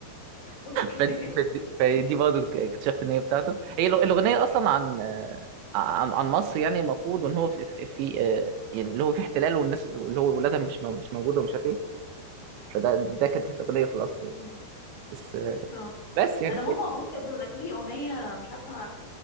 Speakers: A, on the left; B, on the right.
A: اوكي
B: فدي, فدي, فدي برضه اكتشفت إن هي بتاعته هي الأغ- الأغنية أصلا عن آه، عن عن مصر يعني المفروض وإن هو في, في, في آه، يعني اللي هو في احتلال والناس اللي هو ولادها مش مو- مش موجودة ومش عارف إيه فده ده كانت الأغنية في الأصل يعني
A: أمم.
B: بس آه،
A: اه
B: بس يعني
A: انا ماما ماما كانت بتغني لي اغنيه مش عارفه